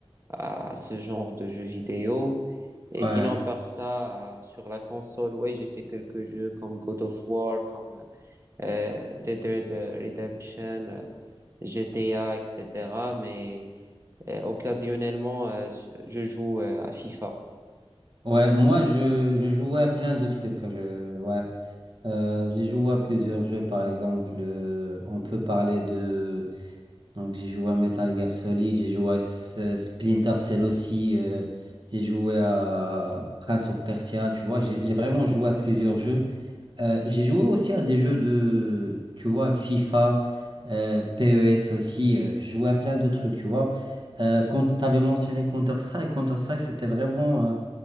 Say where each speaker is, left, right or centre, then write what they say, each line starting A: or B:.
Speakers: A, on the right (about 25°); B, on the right (about 50°).
A: à ce genre de jeux vidéo. Et
B: ouais.
A: sinon, par ça, euh, sur la console, ouais, j'ai fait quelques jeux comme God of War, comme euh, Dead Red Redemption, euh, GTA, etc. Mais euh, occasionnellement, euh, je joue euh, à FIFA.
B: Ouais, moi je, je jouais à plein de trucs. Je, ouais. Euh, j'ai joué à plusieurs jeux, par exemple. euh, on peut parler de Donc j'ai joué à Metal Gear Solid, j'ai joué à S- euh, Splinter Cell aussi, euh, j'ai joué à Prince of Persia, tu vois, j'ai j'ai vraiment joué à plusieurs jeux. Euh, j'ai joué aussi à des jeux de, tu vois, FIFA, euh, PES aussi, euh, j'ai joué à plein de trucs, tu vois. Euh, quand tu avais mentionné Counter-Strike, Counter-Strike c'était vraiment euh,